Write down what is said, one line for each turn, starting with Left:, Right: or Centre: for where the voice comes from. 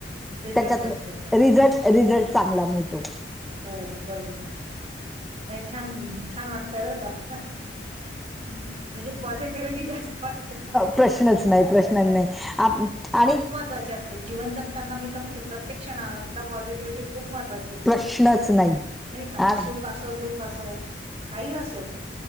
Right: रिझल्ट
Centre: त्याच्यात
Right: मिळतो त्याचा.
Centre: रिझल्ट रिझल्ट चांगला मिळतो.
Right: हो बरोबर आहे नाही छान छान वाटूतय बरं का. म्हणजे पॉझिटिव्हिटी जास्त वाटते.
Centre: प्रश्नच नाही प्रश्नच नाही. आप आणि,
Right: महवाची असते जिवन जगताना मी तर म्हणते प्रत्येक क्षणाला सुद्धा पॉझिटिव्हटी खूप महत्वाची आहे.
Centre: प्रश्नच नाही.
Right: नाही का
Centre: आणि
Right: सुख असो दुख असो काही असो,